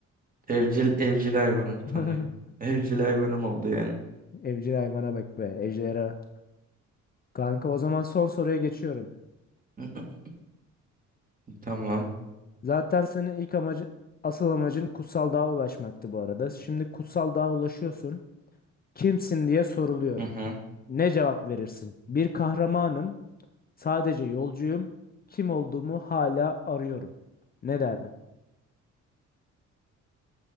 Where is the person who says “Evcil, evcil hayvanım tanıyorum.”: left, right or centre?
Right